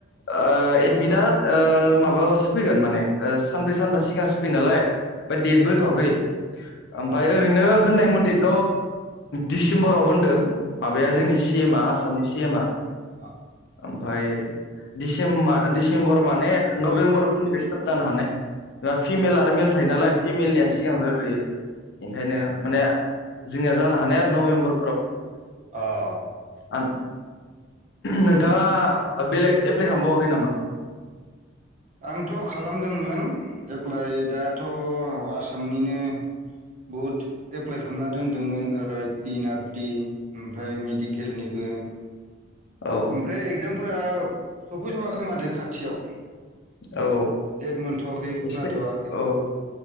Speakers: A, on the left; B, on the right.
A: ओ एडमिटआ ओ माबायावसो फैगोन माने ओ सानब्रै सानबा सिगांसो फैयो नालाय ओमफ्राय डेटबो होथवाखै। ओमफाय
B: अ
A: ओरैनो होननाय मथेथ दिसिम्बराव होनदो माबाया जोंनि सि सि एम आ आसामनि सि एम आ
B: अ ।
A: ओमफाय डिसेम मा डिसेम्बर माने नबेम्बरफोरनिफ्राय स्टार्ट जानो हानाय । फिमेल आरो मेल थायो नालाय फिमेलनिया सिगां जाग्रोयो
B: उम
A: ओंखायनो
B: उम उम
A: माने जोंनिया जानो हानाय आरो नभेम्बर
B: अ ‌।
A: आं नोंथाङा बेलेग एप्लाइ खामबावाखै नामा?
B: आंथ' खालामदोंमोन एप्लाइ दाथ आसामनिनो बहुद एप्लाइ खामना दोनदोंमोन । ओ पिनाट टि ओमफ्राय मेडिकेलनिबो ।
A: औ
B: ओमफ्राय एक्जाम फ्रा सफैथ'वाखै माथो खाथियाव?
A: औ
B: देट मोनथ'वाखै
A: एसे
B: खोनाथ'वाखै
A: औ